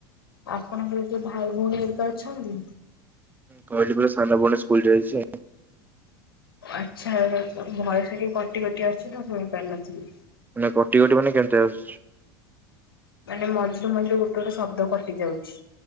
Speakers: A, on the left; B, on the right.
A: ଆପଣଙ୍କର କିଏ ଭାଇ ଭଉଣୀ ହେରିକା ଅଛନ୍ତି?
B: କହିଲି ପରା ସାନ ଭଉଣୀ ସ୍କୁଲ ଯାଇଛି।
A: <unintelligible> ଆଚ୍ଛା ତମ ଭୟସ ଟା ଟିକେ କଟି କଟି ଆସୁଛି ତ ଶୁଣି ପାରିନଥିଲି।
B: ମାନେ କଟି କଟି ମାନେ କେମିତିଆ ଆସୁଚି।
A: ମାନେ ମଝିରୁ ମଝିରୁ ଗୋଟେ ଗୋଟେ ଶବ୍ଦ କଟି ଯାଉଛି।